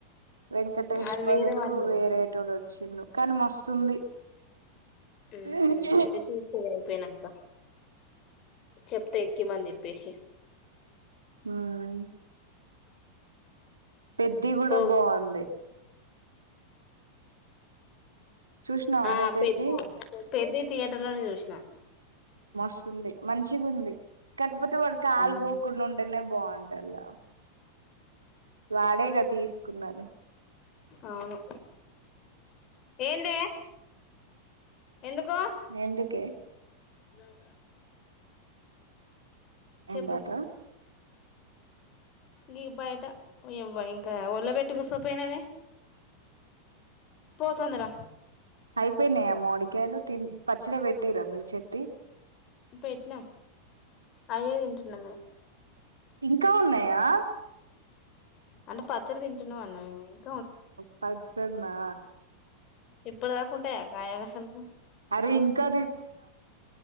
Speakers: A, on the right; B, on the left.
A: వెంకటేష్
B: అది
A: బదులు
B: వేరే వాళ్ళు ఉన్నారు
A: వేరేటోడు
B: కదా
A: వచ్చిండు కానీ మస్తుంది
B: ఉ
A: అవును
B: హు అయితే చూసే ఇది అయిపోయినంక చెప్తా ఎక్కిమని చెప్పేసి
A: హ్మ్ పెద్ది కూడా
B: ఓ
A: బాగుంది చూసినావానే
B: ఆ
A: పెద్ది
B: పెద్ద పెద్ది థియేటర్ లోనే చూసినా
A: మస్తుంది మంచిగా ఉంది కాకపోతే వాడుకి కాలు
B: ఉమ్
A: పోకుండా ఉంటేనే బాగు ఉంటల వాడేగా తీసుకున్నాడు
B: అవును ఏందే ఎందుకు
A: ఎందుకే
B: అవువుదరా
A: ఎంటటా
B: చెప్పు గి బయట్యవ్వ ఇంకా వర్ల పెట్టీ కూసోపోయినవే పో తొందర
A: హై పోయినాయా మోడికాయలు తి పచ్చడి పెట్టిరా మీరు చెటి
B: పెట్టినం అయ్యే తింటున్నాము
A: ఇంకా ఉన్నాయా
B: అంటే పచ్చడి తింటున్నా అన్న మేమ
A: పచ్చడిన్నా
B: ఇప్పుడుదాకాంటాయా గాయలు అసలకు
A: అరే ఇంకా